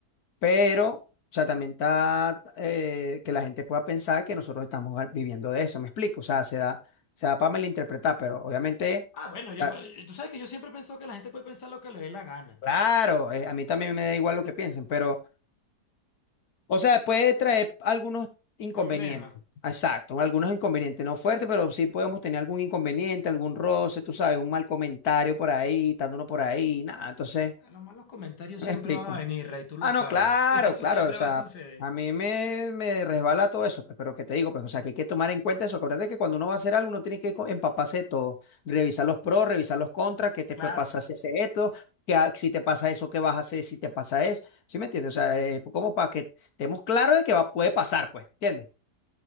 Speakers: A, on the left; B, on the left.
A: Pero, o sea, también está eh, que la gente pueda pensar que nosotros estamos a- viviendo de eso, ¿me explico? O sea, se da, se da para malinterpretar, pero obviamente,
B: Ah, bueno, yo,
A: o
B: eh, tú sabes que yo siempre he pensado que la gente puede pensar lo que le dé la gana.
A: claro, eh, a mí también me da igual lo que piensen, pero, o sea, puede traer algunos inconvenientes,
B: Problema.
A: exacto, algunos inconvenientes, no fuertes, pero sí podemos tener algún inconveniente, algún roce, tú sabes, un mal comentario por ahí, dándonos por ahí, nada, entonces,
B: Eh, Los malos comentarios
A: ¿me
B: siempre
A: explico?
B: van a venir, Ray, tú lo
A: Ah,
B: sabes.
A: no, claro,
B: <laughs> Eso
A: claro,
B: siempre
A: o sea,
B: va a suceder.
A: a mí me, me resbala todo eso, pues, pero que te digo, pues, o sea, que hay que tomar en cuenta eso. Acuérdate que cuando uno va a hacer algo, uno tiene que co- empaparse de todo, revisar los pros, revisar los contras, qué te
B: Claro,
A: puede pasar si haces esto, que ha- si te pasa eso, qué vas a hacer si te pasa eso, ¿sí me entiendes? O sea, eh, como para que estemos claros de que va, puede pasar, pues, ¿entiendes?